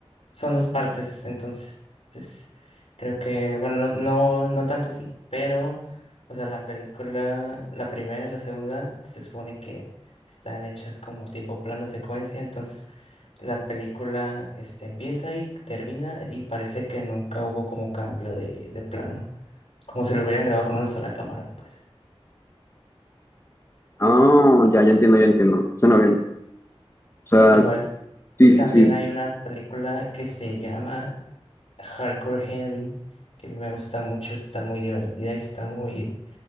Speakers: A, on the left; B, on the left.
A: Son dos partes, entonces, es creo que, bueno, no, no, no tanto así, pero, o sea, la película, la primera y la segunda, se supone que están hechas como tipo plano secuencia, entonces la película, este, empieza y termina y parece que nunca hubo como cambio de, de plano, como si lo hubieran grabado con una sola cámara, pues.
B: Ah, ya, ya entiendo, ya entiendo. Suena bien. O sea,
A: Igual,
B: sí, sí,
A: también
B: sí.
A: hay una película que se llama Hardcore Henry, que a mí me gusta mucho, está muy divertida y está muy